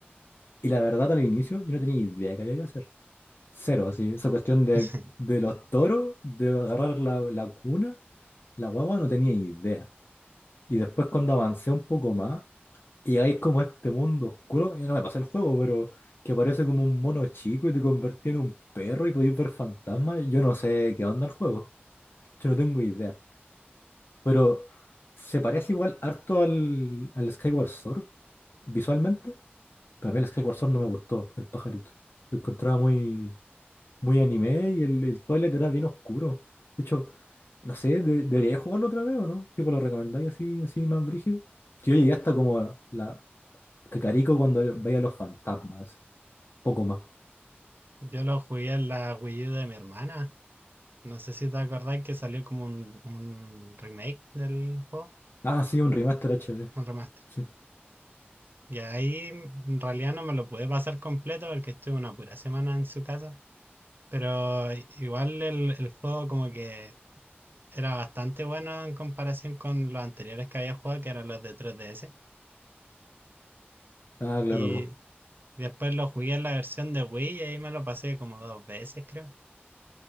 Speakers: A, on the left (about 65°); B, on the right (about 55°).
A: Y la verdad, al inicio, yo no tenía idea de qué había que hacer. Cero, así. Esa cuestión de,
B: <laughs>
A: de los toros, de agarrar la, la cuna, la guagua, no tenía idea. Y después, cuando avancé un poco más, y llegáis como a este mundo oscuro, y no me pasé el juego, pero que aparece como un mono chico y te convertí en un perro y podéis ver fantasmas. Yo no sé qué onda el juego, yo no tengo idea. Pero se parece igual harto al, al Skyward Sword visualmente, pero a mí el Skyward Sword no me gustó, el pajarito. Lo encontraba muy, muy anime y el, el Twilight era bien oscuro. De hecho, no sé, de- debería jugarlo otra vez o no, tipo lo recomendáis así, así más brígido. Que Yo llegué hasta como a la Cacarico cuando veía los fantasmas, así. Poco más.
B: Yo lo jugué en la Wii U de mi hermana No sé si te acordáis que salió como un, un remake del juego,
A: Ah, sí, un remaster HD.
B: un remaster.
A: Sí.
B: Y ahí en realidad no me lo pude pasar completo porque estuve una pura semana en su casa. Pero igual el, el juego como que era bastante bueno en comparación con los anteriores que había jugado, que eran los de 3DS.
A: Ah, claro,
B: Y
A: po.
B: después lo jugué en la versión de Wii y ahí me lo pasé como dos veces, creo.